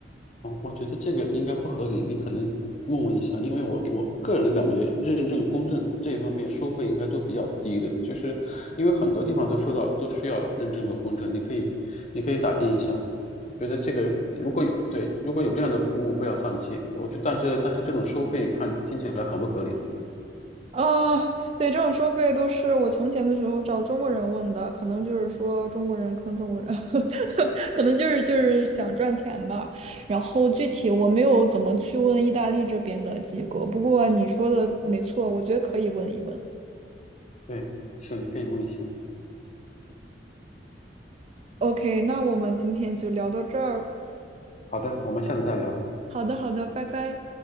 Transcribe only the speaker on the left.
哦，我觉得这个应该不合理，你可能问问一下，因为我我个人的感觉，认证、公证这一方面收费应该都比较低的，就是因为很多地方都说到都需要认证和公证，你可以你可以打听一下，我觉得这个如果有对如果有这样的服务，不要放弃。我觉但是但是这种收费看听起来很不合理，
对，是你可以问一下。
好的，我们下次再聊。